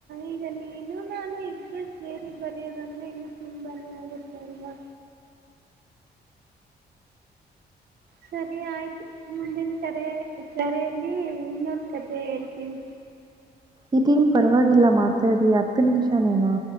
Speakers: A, on the right (about 70°); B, on the right (about 25°).
A: ಈಗ ನೀನು ನಾನು ಇಬ್ರು ಸೇರಿ ಬರೆಯೋದಂದ್ರೆ ಇನ್ನು ತುಂಬಾನೇ ಆಗುತ್ತೆ ಅಲ್ವಾ ಸರಿ ಆಯ್ತು ಮುಂದಿನ ಕರೆ ಕರೆಯಲ್ಲಿ ಇನ್ನೊಂದ್ ಕಥೆ ಹೇಳ್ತೀನಿ
B: ಇರ್ಲಿ ಪರ್ವಾಗಿಲ್ಲ ಮಾತಾಡಿ ಹತ್ತು ನಿಂಷನೇನಾ